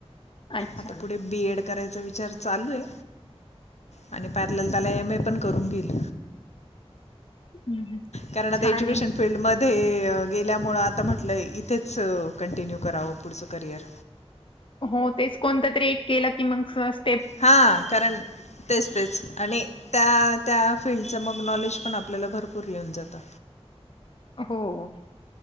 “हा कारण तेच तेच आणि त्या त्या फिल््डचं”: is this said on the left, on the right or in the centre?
Left